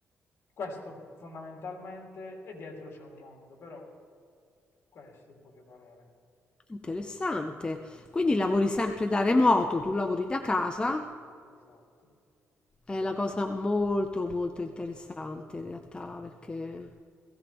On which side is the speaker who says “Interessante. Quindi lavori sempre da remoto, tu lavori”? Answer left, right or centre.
Left